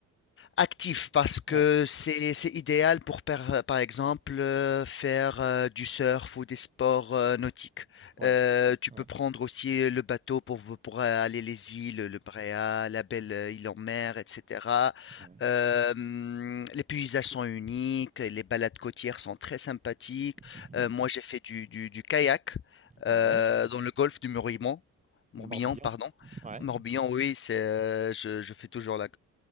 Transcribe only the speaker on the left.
Actif parce que
c'est c'est idéal pour par, par exemple euh, faire euh, du surf ou des sports euh, nautiques.
Euh,
tu
peux prendre aussi le bateau pour, pour euh, aller les îles, le Bréa, la belle euh, île en mer, etc.
Euh, hum, les paysages sont uniques, et les balades côtières sont très sympathiques.
Euh, moi j'ai fait du, du, du kayak
euh, dans le golfe du Morbihan, Morbihan,
pardon.
Morbihan, oui, c'est, euh, je, je fais toujours la,